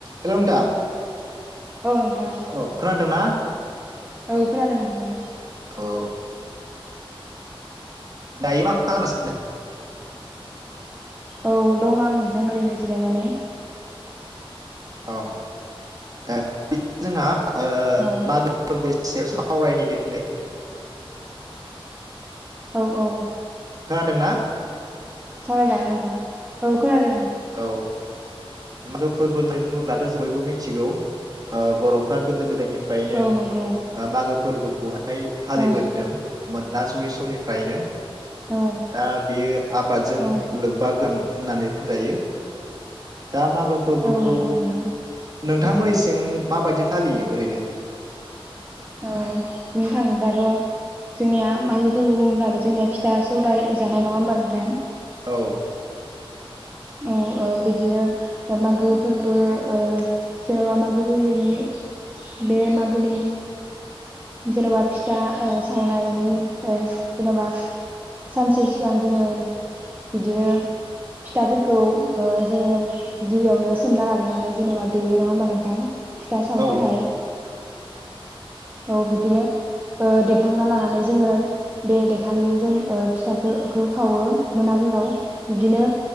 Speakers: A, on the right; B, on the right.
A: Hello नोंथां।
B: औ नोंथां
A: औ खोनादोंना?
B: औ खोनादों नोंथां।
A: औ दायो मा खालामगासिनो?
B: औ दं आं नोंथां ओरैनो जिरायनानै।
A: अ ओ बि जोंहा ओ
B: औ
A: मागो फोरबोनि सायाव साव सावरायनि दे दिनै
B: औ औ
A: खोनादों ना?
B: सा जानो थां औ खो खोनादों
A: औ मागो फोरबो होननाय बुङोब्लाथ' जों बयबो मिथिगौ ओ बर'फ्रा गोदो गोदायनिफ्रायनो
B: औ नंगौ
A: ओ मागो फोर्बोखौ हायो। फाय फालिबोदों
B: औ
A: मोन। ना सयै समनिफ्रायनो
B: औ
A: दा बेयो आबादजों
B: औ
A: लोब्बा गोनां। होननानै बुंजायो। दा मागो फोरबोखौ
B: औ नंगौ नोंथां
A: नोंथांमोननि। थिं माबायदि फालियो ओरैनो।
B: औ बुंनो थाङोब्लाथ' जोंनिया मागो फोरबो बुङोब्लानो जोंनिया फिथा सौराय जानाय नङा होमबा नोंथां।
A: औ।
B: औ ओं बिदिनो मागो फोरबो ओ जेन'बा मागो फोरबोनि बे मागोनि जेन'बा फिथा ओ सावनायनि ओ जेन'बा सानसे सिगां जोङो बिदिनो फिथाफोर। खौ ओ जोङो गिबियावनो सोमना लाग्रोनानै जेन'बा देयो नङा होमबा नोंथां। फिथा सावनो
A: औ
B: थाखाय। औ बिदिनो। ओ देखांना लानानै जोङो बे देखालिनोजों ओ फिथाखो खौ खावो मोनाफोराव बिदिनो